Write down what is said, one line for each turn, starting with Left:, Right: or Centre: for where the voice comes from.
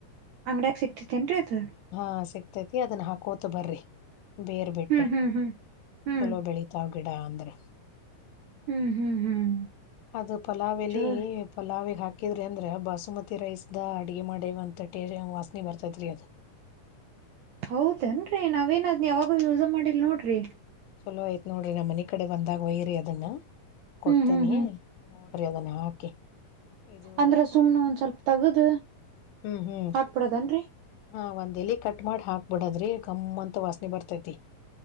Right: ಅಂಗಡಿಯಾಗ ಸಿಗ್ತತಿನ್ರರಿ ಅದು <unintelligible>
Left: ಹಾಂ ಅದನ್ನ ಹಾಕೋತ ಬರ್ರಿ ಬೇರ್ ಬಿಟ್ಟ
Right: ಹ್ಮ್ ಹ್ಮ್ ಹ್ಮ್ ಹ್ಮ್
Left: ಚಲೋ ಬೆಳೀತಾ ಗಿಡಾ ಆಂಧ್ರ
Right: ಹ್ಮ್ ಹ್ಮ್ ಹ್ಮ್
Left: ಅದು ಪಲಾವ ಎಲಿ
Right: ಚ
Left: ಪಲಾವಿ ಹಾಕ್ ಹಾಕಿದ್ರಿ ಅಂದ್ರೆ ಬಾಸುಮತಿ ರೈಸ್ ದ ಅಡುಗೆ ಮಾಡೇವಂತ ಟೇ ವಾಸನೆ ಬರ್ತೈತ್ರಿ ಅದ
Right: ಹೌದೇನ್ರರಿ ನಾವೇನದ್ ಯಾವಾಗ ಯೂಸ ಮಾಡಿಲ್ ನೋಡ್ರಿ
Left: ಚಲೋ ಆಯ್ತ್ ನೋಡ್ರಿ ನಮ್ಮ್ ಮನ ಕಡೆ ಬಂದಾಗ ವಯರಿ ಅದನ್ನ ಕೊಡ್ತೇನಿ
Right: ಹ್ಮ್ ಹ್ಮ್
Left: ನೋಡ್ರಿ ಅದನ್ನ ಹಾಕಿ ಇದು
Right: ಅಂದ್ರೆ ಸುಮ್ನೆ ಒಂದ ಸ್ವಲ್ಪ ತಗದು
Left: ಹ್ಮ್ ಹ್ಮ್
Right: ಹಾಕ್ಬಿಡದನ್ರಿ
Left: ಹಾ ಒಂದ ಎಲೆ ಕಟ್ ಮಾಡಿ ಹಾಕ್ಬ ಬಿಡದ್ರೆ ಗಮ್ಮ ಅಂತ ವಾಸನೆ ಬರ್ತೈತಿ